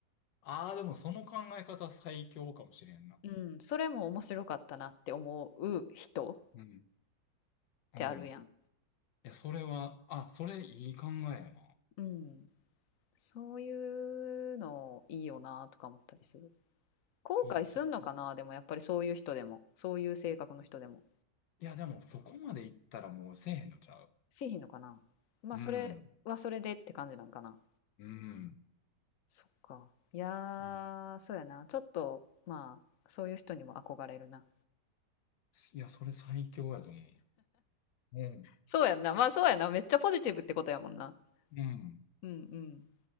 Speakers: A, on the left; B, on the left.
A: ああー、でもその考え方最強かもしれんな。
B: うん。それも面白かったなって思う人っ
A: うん。うん。
B: てあるやん。
A: いや、それは、あ、それいい考えやな。
B: うん。そういうのいいよなとか思ったりする。後悔すんのかなでもやっぱりそういう人でも。
A: うん、それちょ
B: そういう性格の人でも。
A: いや、でもそこまでいったらもうせえへんのちゃう。
B: せえへんのかなまあそれはそれでって感じなんかな
A: うん。うん。
B: そっかいや
A: うん
B: ーそうやなちょっとまあそういう人にも憧れるな
A: いや、それ最強やと思う。うん。
B: そうやんなまあそうやなめっちゃポジティブってことやもんな
A: うん。
B: うんうん